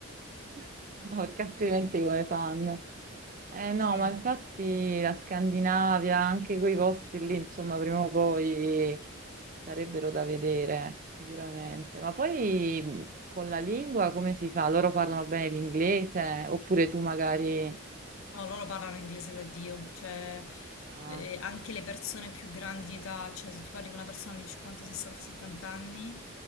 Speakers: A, on the right; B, on the left.
A: <laughs> no, perché altrimenti come fanno? Eh no,
B: Sì.
A: ma infatti la Scandinavia, anche quei posti lì, insomma, prima o poi sarebbero da vedere, sicuramente. Ma poi mh, con la lingua come si fa? Loro parlano bene l'inglese? Oppure tu magari...
B: No, loro parlano inglese da Dio, cioè
A: ah,
B: eh, anche le persone più grandi di età, cioè se tu parli con una persona di 50, 60, 70 anni,